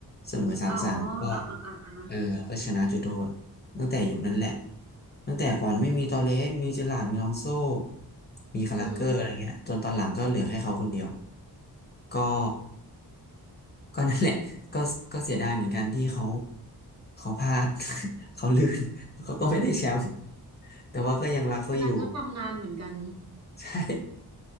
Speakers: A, on the left (about 25°); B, on the right (about 45°).
A: เสมอสามสามก็
B: อ๋ออ่ะอ่ะอ่ะอ่ะ
A: เออก็ชนะจุดโทษตั้งแต่ยุคนั้นแหละตั้งแต่ก่อนไม่มีตอเรสมีเจอหลาร์ดมีอลองโซมีคาราเกอร์อะไรเงี้ยจนตอนหลังก็เหลือให้เขาคนเดียว
B: อืม
A: ก็ ก็นั่นแหละ <laughs> ก็ก็เสียดายเหมือนกันที่เขาเขาพลาด <laughs> เขาลื่น <laughs> เขาก็ไม่ได้แชมป์ <laughs> แต่ว่าก็ยังรักเขาอยู่
B: อันนั้นก็ตำนานเหมือนกัน
A: <laughs> ใช่